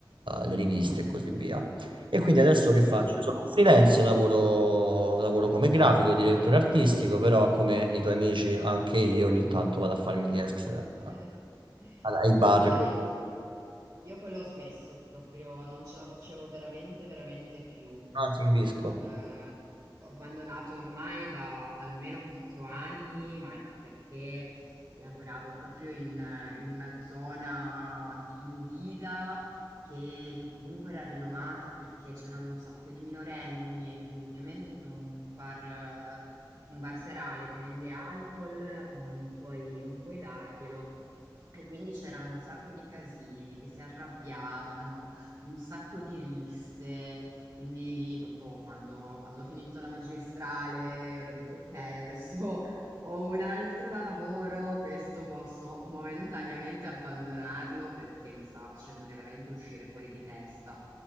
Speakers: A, on the right; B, on the right.
A: le riviste e così via. E quindi adesso che faccio?
B: Mhm.
A: Sono un freelance, lavoro, lavoro come grafico, direttore artistico, però come i tuoi amici anche io ogni tanto vado a farmi gli extra
B: <laughs>
A: a- ai bar.
B: Eh,
A: così.
B: io, que- io quello ho smesso proprio, non ce la facevo veramente, veramente più.
A: Ah, ti capisco.
B: Il- L'ho abbandonato ormai da, da almeno quattro anni, ma anche perché lavoravo proprio in, eh, in una zona di Movida che, che comunque era rinomata perché c'erano un sacco di minorenni e quindi ovviamente con un bar un barserale che vende alcol, eh, non puoi, non puoi darglielo. E quindi c'erano un sacco di casini che si arrabbiavano, un sacco di risse. Quindi lì, proprio quando, quando ho finito la magistrale, ho detto: Ok, adesso ho un altro lavoro, questo posso momentaneamente abbandonarlo perché mi stava facendo veramente uscire fuori di testa.